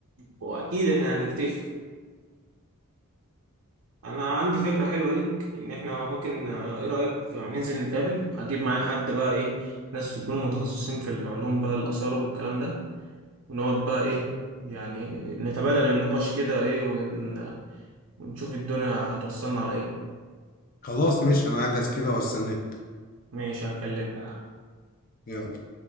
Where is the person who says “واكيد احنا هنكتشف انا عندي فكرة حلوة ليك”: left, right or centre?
Right